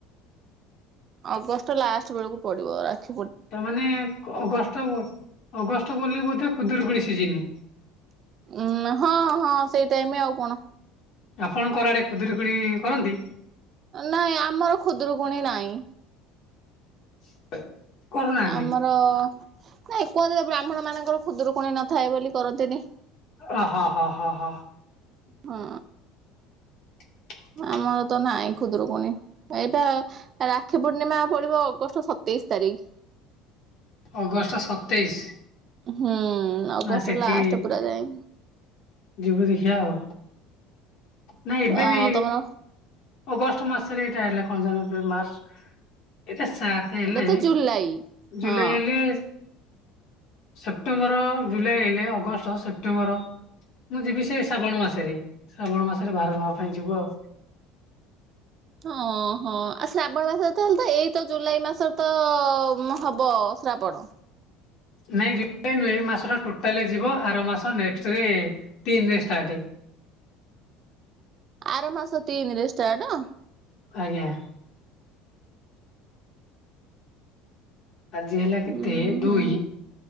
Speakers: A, on the right; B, on the left.
A: ଅଗଷ୍ଟ ଲାଷ୍ଟ ବେଳକୁ ପଡିବ ରାଖି
B: ତାମାନେ ଅଗଷ୍ଟ, ଅଗଷ୍ଟ ବୋଲି ବୋଧେ ଖୁଦୁରୁକୁଣୀ ସିଜିନି।
A: ଉଁ ହଁ ହଁ ସେଇ ଟାଇମ ଆଉ କଣ।
B: ଆପଣଙ୍କର ଆଡେ ଖୁଦୁରୁକୁଣୀ କରନ୍ତି?
A: ନାଇଁ ଆମର ଖୁଦୁରୁକୁଣୀ ନାହିଁ।
B: <inaudible> କରୁନାହାନ୍ତି
A: ଆମର ନାଇଁ କୁହନ୍ତି ତ ବ୍ରାହ୍ମଣ ମାନଙ୍କର ଖୁଦୁରୁକୁଣୀ ନଥାଏ, ବୋଲି କରନ୍ତିନି।
B: ଅ ହ ହ ହ ହ।
A: ହଁ।
B: <inaudible>
A: ଆମର ତ ନାହିଁ ଖୁଦୁରୁକୁଣୀ। ଏଇ ପା ରାକ୍ଷୀ ପୂର୍ଣ୍ଣିମା ପଡିବ ଅଗଷ୍ଟ ସତେଇଶ ତାରିଖ।
B: ଅଗଷ୍ଟ ସତେଇଶ।
A: ହୁଁ ଅଗଷ୍ଟ
B: ନା ସେଠି
A: ଲାଷ୍ଟ ପୁରା ଯାଇଁ।
B: ଯିବୁ ଦେଖିବା ଆଉ ନାଇଁ ଏବେ
A: ହଁ
B: ବି,
A: ତମର
B: ଅଗଷ୍ଟ ମାସରେ ଏଇଟା ହେଲା। <unintelligible> ମାର୍ଚ୍ଚ ଏଟା ସାତ ହେଲେ
A: ଏଇଟା ତ ଜୁଲାଇ
B: ଜୁଲାଇ
A: ହଁ
B: ହେଲେ ସେପ୍ଟେମ୍ବର, ଜୁଲାଇ ହେଲେ ଅଗଷ୍ଟ, ସେପ୍ଟେମ୍ବର। ମୁଁ ଯିବି ସେ ଶ୍ରାବଣ ମାସରେ। ଶ୍ରାବଣ ମାସରେ ଭାର ନବା ପାଇଁ ଯିବୁ ଆଉ।
A: ହଁ ହଁ ଆ ଶ୍ରାବଣ ମାସରେ ତ ହେଲେ ତ ଏଇ ତ ଜୁଲାଇ ମାସରେ ତ ହବ ଶ୍ରାବଣ
B: ନାଇଁ ଯେ ଏଇ ମାସଟା ଟୋଟାଲ ଯିବ। ଆର ମାସ ନେକ୍ସଟ ଷ୍ଟେରେ ତିନ୍ ରେ ଷ୍ଟାର୍ଟ।
A: ଆର ମାସ ତିନିରେ ଷ୍ଟାର୍ଟ?
B: ଆଜ୍ଞା। ଆଜି ହେଲା କେତେ
A: ଉଁ
B: ଦୁଇ,
A: ହୁଁ